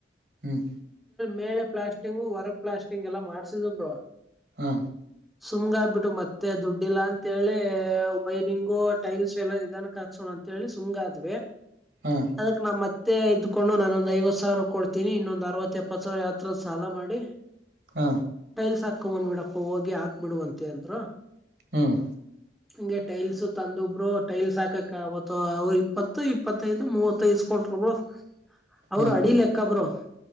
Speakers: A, on the right; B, in the centre.
A: ಹ್ಮ್
B: ಮೇಲೆ ಪ್ಲಾಸ್ಟಿಂಗ್ ಹೊರಗ ಪ್ಲಾಸ್ಟಿಂಗ ಎಲ್ಲ ಮಾಡ್ಸಿದು ಬ್ರೊ
A: ಹಾ
B: ಸುಮ್ ಆಗ್ಬಿಟ್ಟು ಮತ್ತೆ ದುಡ್ಡಿಲ್ಲಾ ಅಂತೇಳಿ ವೈರಿಂಗು ಟೈಲ್ಸ್ ಎಲ್ಲ ಇದಾನ ಹಾಕ್ಸೋಣ ಅಂತೇಳಿ ಸುಮಗಾದ್ವಿ
A: ಹಾ
B: ಅದಕ್ ನಮ್ ಅತ್ ತ್ತೆ ಇದ್ಕೊಂಡು ನಾನೊಂದ್ ಐವತ್ತು ಸಾವಿರ ಕೊಡ್ತೀನಿ ಇನ್ನೊಂದ್ ಅರ್ವಾತು ಎಪ್ಪತ್ ಸಾವಿರ ಯಾರ್ ಹತ್ರ ಸಾಲ ಮಾಡಿ
A: ಹಾ
B: ಟೈಲ್ಸ್ ಹಾಕೊನ್ ಬಿಡಪ್ಪ ಹೋಗಿ ಹಾಕ್ಬಿಡುವಂತೆ ಅಂದ್ರು
A: ಹ್ಮ್
B: ಹಂಗೆ ಟೈಲ್ಸ್ ತಂದೊ ಬ್ರೊ ಟೈಲ್ಸ್ ಹಾಕಕ್ ಆಗತ್ತು ಅವರು ಇಪ್ಪತ್ತು ಇಪ್ಪತ್ತೈದು ಮೂವತ್ತು ಇಸ್ಕೊಂಡ್ರ ಬ್ರೊ ಅವರು
A: ಹಾ
B: ಅಡಿ ಲೆಕ್ಕ ಬ್ರೊ